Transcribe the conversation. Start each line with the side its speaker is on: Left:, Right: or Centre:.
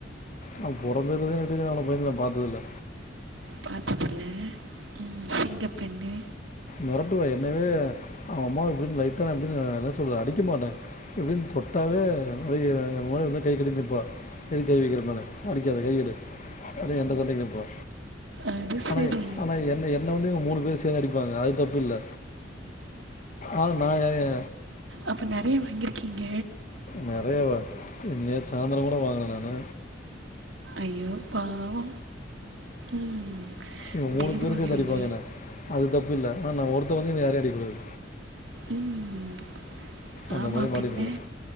Left: அவ பொறந்ததிலிருந்தே எனக்குத் தெரிஞ்சு நா அவ்ளோ பயந்து நா பாத்ததில்ல
Right: பாத்ததில்ல ம் சிங்க பெண்ணு
Left: மெரட்டுவா என்னவே அவ அம்மாவ இப்டின்னு லைட்டா நா இப்டின்னு என்ன சொல்றது அடிக்க மாட்டே இப்டின் தொட்டாவே அய எ முன்னாடி வந்து கை கட்டி நிப்பா எதுக் கை வைக்கிற மேல அடிக்காத கை எடு அப்டி எங்கிட்ட சண்டைக்கு நிப்பா
Right: அது
Left: ஆனா
Right: சரி
Left: ஆனா என்ன என்ன வந்து இவங் மூணு பேர் சேந்து அடிப்பாங்க அது தப்புல்ல ஆனா நா யார்யு
Right: அப்ப நெறைய வாங்கிருக்கீங்க
Left: நெறையவா நேத்து சாய்ந்தரங் கூட வாங்குனே நானு
Right: ஐயோ பாவோ ம்
Left: இவங் மூணு
Right: டெய்லி
Left: பேரு
Right: வாங்குறீங்க
Left: சேந்து அடிப்பாங்க என்ன அது தப்பு இல்ல ஆ நா ஒருத்த வந்து இவங்க யாரையு அடிக்கூடாது
Right: ம்
Left: அந்த
Right: ஆமா
Left: மாதிரி மாட்டிருக்கிறேன்
Right: பின்ன